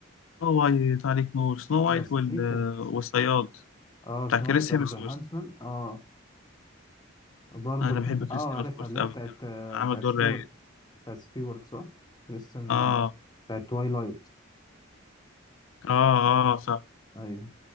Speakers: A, on the left (about 70°); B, on the left (about 20°).
A: سنو وايت عليك نور سنو
B: بس
A: وايت وال...
B: في ك-
A: آه، والصياد
B: اه
A: بتاع
B: سنو
A: كريس
B: وايت
A: هيمسورث
B: اند هانسمان اه برضه
A: أنا
B: <laughs>
A: بحب كريس
B: اه
A: هيمسورث
B: عارفها اللي
A: أوي
B: هي بتاعت
A: كان كان عامل
B: بتاعت
A: دور
B: ستيوارت
A: رايق
B: بتاعت ستيوارت صح كريستن
A: آه
B: آه، بتاعت توايلايت
A: اه اه صح
B: ايوه